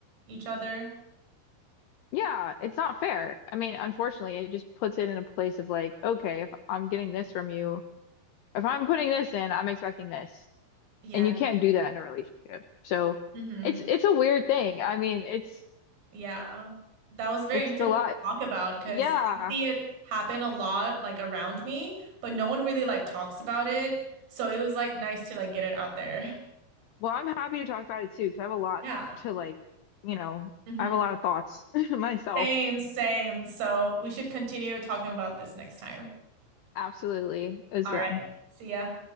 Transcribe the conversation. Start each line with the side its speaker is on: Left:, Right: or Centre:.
Right: each other.
Left: Yeah, it's not fair. I mean, unfortunately, it just puts it in a place of like, okay, if I'm getting this from you, if I'm putting this in, I'm expecting this.
Right: Yeah.
Left: And you can't do that in a relationship. So
Right: Mhm.
Left: it's it's a weird thing. I mean, it's
Right: Yeah. That was very
Left: It's
Right: interesting
Left: a lot.
Right: to talk about because
Left: Yeah.
Right: I see it happen a lot like around me, but no one really like talks about it. So it was like nice to like get it out there. <laughs>
Left: Well, I'm happy to talk about it too, because I have a lot
Right: Yeah.
Left: to like, you know,
Right: hmm
Left: I have a lot of thoughts <laughs> myself.
Right: Same, same. So we should continue talking about this next time.
Left: Absolutely. It was
Right: All
Left: good.
Right: right. See ya.